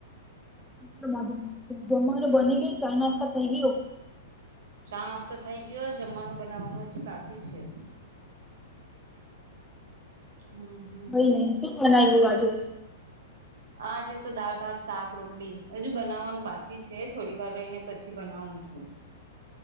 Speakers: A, in the centre; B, on the right (about 65°).
A: હુ તો મજા જમવાનું બની ગયું ચા- નાસ્તા થઈ ગયો.
B: ચા-નાસ્તો થઈ ગયો, જમવાનું બનાવાનું હજી બાકી છે. હમ હમ
A: કોઈ નહીં શું બનાવ્યું આજે.
B: આજ તો દાળ-ભાત, શાક-રોટલી હજુ બનાવવાનું બાકી છે, થોડી વાર રહીને પછી બનાવું છું.